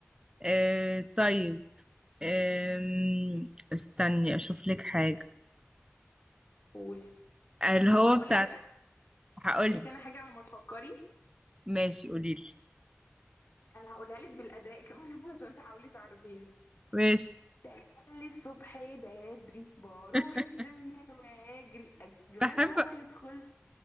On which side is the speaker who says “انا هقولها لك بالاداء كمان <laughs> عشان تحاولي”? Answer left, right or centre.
Left